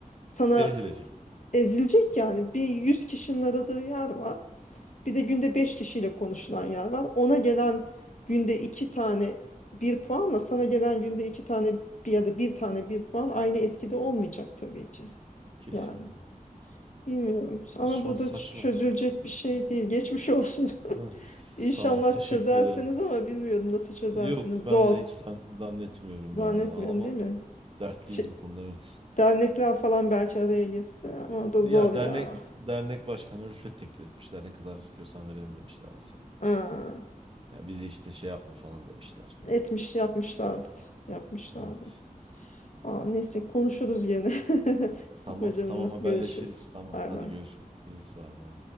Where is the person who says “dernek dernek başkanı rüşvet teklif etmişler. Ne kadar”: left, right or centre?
Right